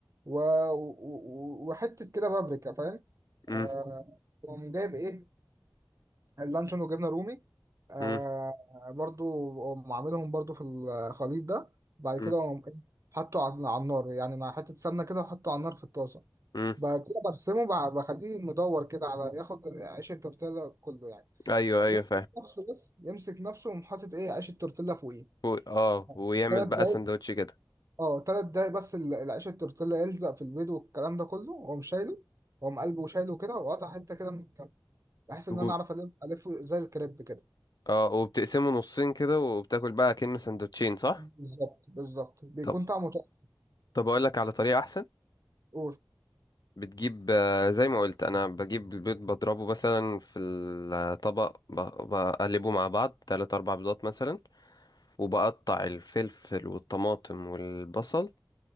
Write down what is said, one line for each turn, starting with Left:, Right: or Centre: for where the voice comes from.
Right: و... و... و- وحته كده بابريكا فاهم
Left: مم.
Right: آه وقوم جايب ايه اللانشون وجبنه رومي آه
Left: مم.
Right: برضو قوم عاملهم برضو في الخليط ده بعد
Left: مم.
Right: كده قوم ايه حطه على على النار يعني مع حته سمنه كده وحطه على النار في الطاسه
Left: مم.
Right: بعد كده برسمه بع- بخليه مدور كده على ياخد عيش التورتيلا كله يعني
Left: ايوه ايوه
Right: يمسك
Left: فاهم
Right: نفسه بس يمسك نفسه ومحطط ايه عيش التورتيلا فوقيه
Left: و- اه ويعمل
Right: ثلاث
Left: بقى
Right: دقايق
Left: سندوتش كده
Right: اه ثلاث دقايق بس ال- العيش التورتيلا يلزق في البيض والكلام ده كله واقوم شايله واقوم قلبه وشايله كده وقطع حته كده من الكم بحيث ان
Left: و-
Right: انا اعرف الف الفه زي الكريب كده
Left: اه وبتقسمه نصين كده وبتاكل بقى كأنه سندوتشين صح
Right: بالظبط بالظبط بيكون
Left: طب
Right: طعمه تحفه
Left: طب اقول لك على طريقه احسن
Right: قول
Left: بتجيب آه، زي ما قلت انا بجيب البيض بضربه مثلا في الطبق ب- بقلبه مع بعض تلات اربع بيضات مثلا وبقطع الفلفل والطماطم والبصل